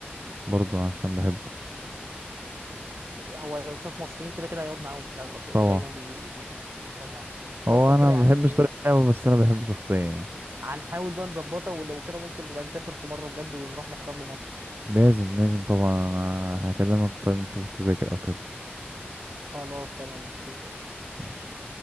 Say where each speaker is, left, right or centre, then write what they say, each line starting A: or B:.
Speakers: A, on the right; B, on the right.
A: برضه عشان بحبه
B: هو لو شاف مصريين كده كده هيقعد معاهم في الاغلب لانه
A: طبعا
B: دايما بي- بيشوف يقعد معاهم خلاص
A: هو
B: لو
A: انا
B: كده
A: ما
B: يعني
A: بحبش طريقة لعبه بس انا بحبه شخصيا يعني
B: هنحاول بقى نظبطها ولو كده ممكن نبقى نسافر في مرة بجد ونروح نحضر له ماتش
A: لازم لازم طبعا انا هكلمك طيب نشوف التذاكر او كده
B: خلاص تمام اوكي ماشي
A: ماشي